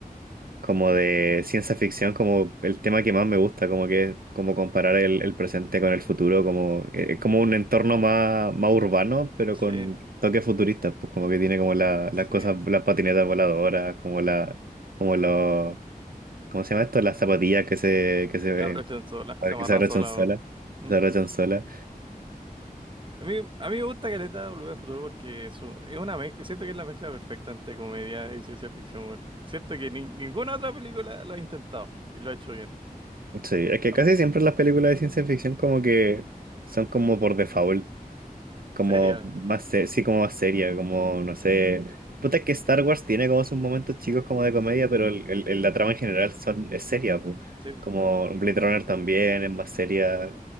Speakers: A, on the right; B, on the right.
A: como de ciencia ficción como el tema que más me gusta como que como comparar el, el presente con el futuro como eh, es como un entorno más más urbano pero
B: Sí.
A: con toques futuristas pues como que tiene como la-
B: Sí,
A: las cosas las patinetas voladoras como la como los ¿cómo se llama esto? las zapatillas que se que se
B: aprovechan sola, se amarran
A: que se abrochan
B: sola.
A: solas
B: weón.
A: que
B: Mm.
A: se abrochan solas
B: A mí, a mí me gusta Caleta Volver al Futuro porque es, un- es una mezcla, siento que es la mezcla perfecta entre comedia y ciencia ficción. weón. Siento que ni- ninguna otra película lo ha intentado y lo ha hecho bien.
A: sí es que
B: Ah,
A: casi siempre las películas de ciencia ficción como que son como por default Como
B: Seria,
A: más, se- sí, como más seria, como, no sé. Puta, es que Star Wars tiene como sus momentos chicos como de comedia, pero el, el- el- la trama en general son, es seria, pu.
B: sí.
A: Como Blade Runner también es más seria.